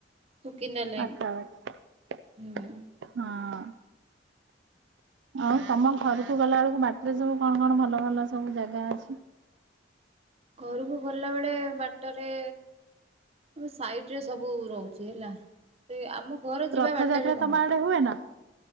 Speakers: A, on the right; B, on the right.
A: ସୁକିନ୍ଦା ଲାଇନ୍
B: ପାଖାପାଖି
A: ହୁଁ।
B: ହଁ। ଆଉ ତମ ଘର କୁ ଗଲାବେଳକୁ ବାଟରେ ସବୁ କଣ କଣ ଭଲ ଭଲ ସବୁ ଜାଗା ଅଛି?
A: ଘରକୁ ଗଲାବେଳେ ବାଟରେ ଆମ ସାଇଟ୍ ରେ ସବୁ ରହୁଛି ହେଲା ସେ ଆମ ଘର ଯିବା
B: ରଥଯାତ୍ରା
A: ବାଟରେ
B: ତମ
A: ନୁହଁ।
B: ଆଡେ ହୁଏ ନା